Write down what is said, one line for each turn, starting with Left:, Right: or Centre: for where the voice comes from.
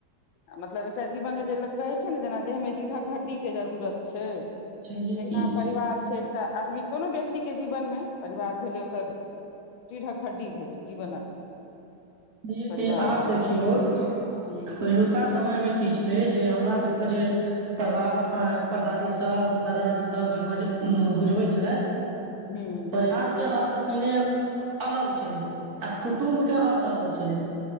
Left: आ मतलब एकटा जीवन में जे लोक कहै छै न जेना देह में देह में रीड कऽ हड्डी केँ जरूरत छै तहिना
Right: छैहे की
Left: परिवार छै एकटा आदमी कोनो व्यक्ति केँ जीवन में परिवार भेलै ओकर <inaudible> पीढ़क हड्डी भेलै जीवनक
Right: नहियै
Left: परिवार
Right: कि आब
Left: भेलै
Right: देखिऔ <inaudible>
Left: हूँ
Right: पहिलुका समय में की छै छलै जे हमरा सब केँ जे पर बाबा परदादी सब दादाजी सब जे बज बुझबै छलै
Left: हूँ
Right: <unintelligible> अर्थ पहिने अलग छलै आ कुटुम कऽ अर्थ अलग छलै।